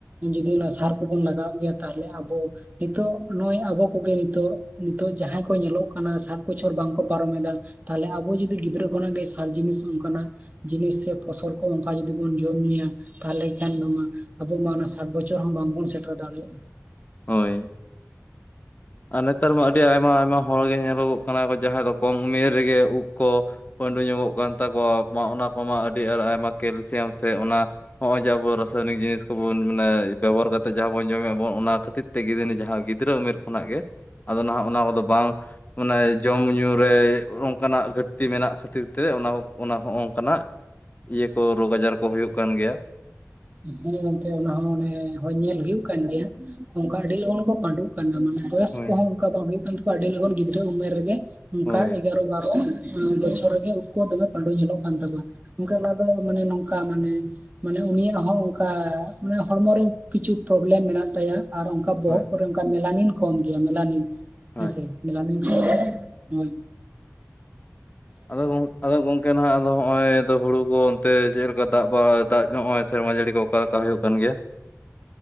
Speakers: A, on the right; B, on the left.
A: ᱡᱚᱫᱤ ᱚᱱᱟ ᱥᱟᱨ ᱠᱚᱵᱚᱱ ᱞᱟᱜᱟᱣ ᱜᱮᱭᱟ ᱛᱟᱦᱚᱞᱮ ᱟᱵᱚᱼᱼ ᱱᱤᱛᱚᱜ ᱱᱚᱜᱼᱚᱭ ᱟᱵᱚ ᱠᱚᱜᱮ ᱱᱤᱛᱚᱜ, ᱱᱤᱛᱚᱜ ᱡᱟᱦᱟᱸᱭ ᱠᱚ ᱧᱮᱞᱚᱜ ᱠᱟᱱᱟ ᱥᱟᱴ ᱵᱚᱪᱷᱚᱨ ᱵᱟᱝᱠᱚ ᱯᱟᱨᱚᱢᱮᱫᱟ ᱾ ᱛᱟᱦᱚᱞᱮ ᱟᱵᱚ ᱡᱩᱫᱤ ᱜᱤᱫᱽᱨᱟᱹ ᱠᱷᱚᱱᱟᱜ ᱜᱮ ᱥᱟᱨ ᱡᱤᱱᱤᱥ ᱚᱱᱠᱟᱱᱟᱜᱼᱼ ᱡᱤᱱᱤᱥ ᱥᱮ ᱯᱷᱚᱥᱚᱞ ᱠᱚ ᱚᱱᱠᱟ ᱡᱩᱫᱤ ᱵᱚᱱ ᱡᱚᱢ ᱧᱩᱭᱟ ᱛᱟᱦᱚᱞᱮ ᱠᱷᱟᱱ ᱫᱚ ᱢᱟᱼᱼ ᱟᱵᱚ ᱢᱟ ᱚᱱᱟ ᱥᱟᱴ ᱵᱚᱪᱷᱚᱨ ᱦᱚᱸ ᱵᱟᱝᱵᱚᱱ ᱥᱮᱴᱮᱨ ᱫᱟᱲᱮᱭᱟᱜᱼᱟ ᱾
B: ᱦᱳᱭ ᱟᱨ ᱱᱮᱛᱟᱨ ᱢᱟ ᱟᱹᱰᱤ ᱟᱭᱢᱟ ᱟᱭᱢᱟ ᱦᱚᱲᱜᱮ ᱧᱮᱞᱚᱜᱚᱜ ᱠᱟᱱᱟ ᱠᱚ ᱡᱟᱦᱟᱸᱭ ᱫᱚ ᱠᱚᱢ ᱩᱢᱮᱨ ᱨᱮᱜᱮ ᱩᱵ ᱠᱚᱼᱼ ᱯᱟᱺᱰᱩ ᱧᱚᱜᱚᱜ ᱠᱟᱱ ᱛᱟᱠᱚᱣᱟ ᱛᱚ ᱚᱱᱟ ᱠᱚᱢᱟ ᱟᱹᱰᱤ ᱟᱸᱴ ᱟᱭᱢᱟ ᱠᱮᱞᱥᱤᱭᱟᱢ ᱥᱮ ᱚᱱᱟᱼᱼ ᱱᱚᱜᱼᱚᱭ ᱡᱮ ᱟᱵᱚ ᱨᱟᱥᱟᱭᱚᱱᱤᱠ ᱡᱤᱱᱤᱥ ᱠᱚᱵᱚᱱ ᱢᱟᱱᱮ ᱵᱮᱵᱚᱦᱟᱨ ᱠᱟᱛᱮᱜ ᱡᱟᱦᱟᱸ ᱵᱚᱱ ᱡᱚᱢᱮᱜᱼᱟ ᱵᱚᱱ ᱚᱱᱟ ᱠᱷᱟᱹᱛᱤᱨᱼᱼ ᱛᱮᱜᱮ ᱱᱤᱛ ᱡᱟᱸᱦᱟ ᱜᱤᱫᱽᱨᱟᱹ ᱩᱢᱮᱨ ᱠᱷᱚᱱᱟᱜ ᱜᱮ ᱟᱫᱚ ᱱᱟᱦᱟᱜ ᱚᱱᱟ ᱠᱚᱫᱚ ᱵᱟᱝᱼᱼ ᱢᱟᱱᱮ ᱡᱚᱢ ᱧᱩ ᱨᱮ ᱚᱱᱠᱟᱱᱟᱜ ᱜᱷᱟᱹᱴᱛᱤ ᱢᱮᱱᱟᱜ ᱠᱷᱟᱹᱛᱤᱨ ᱛᱮ ᱚᱱᱟ, ᱚᱱᱟ ᱦᱚᱸ ᱚᱱᱠᱟᱱᱟᱜᱼᱼ ᱤᱭᱟᱹ ᱠᱚ, ᱨᱳᱜᱽ ᱟᱡᱟᱨ ᱠᱚ ᱦᱩᱭᱩᱜ ᱠᱟᱱ ᱜᱮᱭᱟ ᱾
A: ᱦᱮᱸ ᱮᱱᱛᱮ ᱚᱱᱟ ᱦᱚᱸ ᱚᱱᱮ ᱦᱚᱭ ᱧᱮᱞ ᱦᱩᱭᱩᱜ ᱠᱟᱱ ᱜᱮᱭᱟ ᱚᱱᱠᱟ ᱟᱹᱰᱤ ᱞᱚᱜᱚᱱ ᱠᱚ ᱯᱟᱺᱰᱩᱜ ᱠᱟᱱᱟ ᱢᱟᱱᱮ ᱾ ᱵᱚᱭᱚᱥ
B: ᱦᱳᱭ
A: ᱠᱚᱦᱚᱸ ᱚᱱᱠᱟ ᱵᱟᱝ ᱦᱩᱭᱩᱜ ᱠᱟᱱ ᱛᱟᱠᱚᱣᱟ ᱟᱹᱰᱤ ᱞᱚᱜᱚᱱ ᱜᱤᱫᱽᱨᱟᱹ ᱩᱢᱮᱨ ᱨᱮᱜᱮ ᱚᱱᱠᱟ
B: ᱦᱳᱭ
A: ᱮ <inaudible> ᱵᱟᱨᱚ ᱩᱸ ᱵᱚᱪᱷᱚᱨ ᱨᱮᱜᱮ ᱩᱱᱠᱩᱣᱟᱜ ᱫᱚᱢᱮ ᱯᱟᱺᱰᱩ ᱧᱮᱞᱚᱜ ᱠᱟᱱ ᱛᱟᱠᱚᱣᱟ ᱾ ᱚᱱᱠᱟᱱᱟᱜ ᱫᱚ ᱢᱟᱱᱮ ᱱᱚᱝᱠᱟ ᱢᱟᱱᱮ, ᱢᱟᱱᱮ ᱩᱱᱤᱭᱟᱜᱼᱼ ᱦᱚᱸ ᱚᱱᱠᱟ ᱢᱟᱱᱮ ᱦᱚᱲᱢᱚ ᱨᱮ ᱠᱤᱪᱷᱩ ᱯᱨᱚᱵᱽᱞᱮᱢ ᱢᱮᱱᱟᱜ ᱛᱟᱭᱟ, ᱟᱨ ᱚᱱᱠᱟ ᱵᱚᱦᱚᱜ
B: ᱦᱳᱭ
A: ᱠᱚᱨᱮᱼᱼ ᱢᱮᱞᱟᱱᱤᱱ ᱠᱚᱢ ᱜᱮᱭᱟ ᱢᱮᱞᱟᱱᱤᱱ
B: ᱦᱳᱭ
A: ᱦᱮᱸᱥᱮ ᱢᱮᱞᱟᱞᱤᱱ <unintelligible> ᱦᱳᱭ ᱾
B: ᱟᱫᱚ ᱟᱫᱚ ᱜᱚᱝᱠᱮ ᱱᱟᱦᱟᱜᱼᱼ ᱟᱫᱚ ᱦᱚᱸᱜᱼᱚᱭ ᱫᱚ ᱦᱩᱲᱩ ᱠᱚ ᱚᱱᱛᱮ ᱪᱮᱜ ᱞᱮᱠᱟ ᱫᱟᱜ ᱵᱟᱲᱟ ᱫᱟᱜ ᱱᱚᱜᱼᱚᱭ ᱥᱮᱨᱢᱟ ᱡᱟᱹᱲᱤ ᱠᱚ ᱚᱠᱟᱞᱮᱠᱟ ᱦᱳᱭᱳᱜ ᱠᱟᱱ ᱜᱮᱭᱟ ᱾